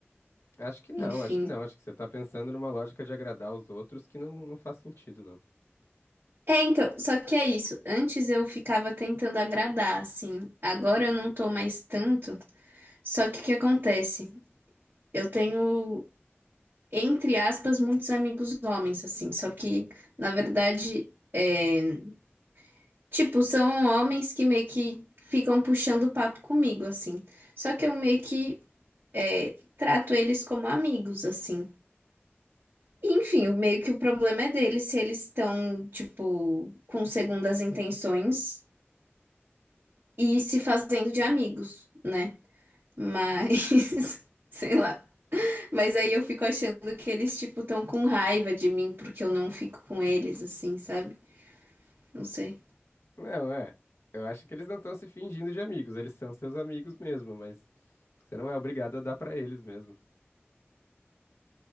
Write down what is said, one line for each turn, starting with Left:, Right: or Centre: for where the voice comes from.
Left: Acho que não,
Right: Enfim.
Left: acho que não. Acho que você tá pensando numa lógica de agradar os outros que não, não faz sentido, não.
Right: É, então, só que é isso. Antes eu ficava tentando agradar, assim. Agora eu não tô mais tanto. Só que o que acontece? Eu tenho, entre aspas, muitos amigos homens, assim. Só que, na verdade, é, tipo, são homens que meio que ficam puxando papo comigo, assim. Só que eu meio que é, trato eles como amigos, assim. E, Enfim, o- meio que o problema é deles se eles estão, tipo, com segundas intenções. e se fazendo de amigos, né? Mas, <laughs> sei lá. Mas aí eu fico achando que eles, tipo, tão com raiva de mim porque eu não fico com eles, assim, sabe? Não sei.
Left: Não, é. Eu acho que eles não estão se fingindo de amigos, eles são seus amigos mesmo, mas você não é obrigado a dar pra eles mesmo.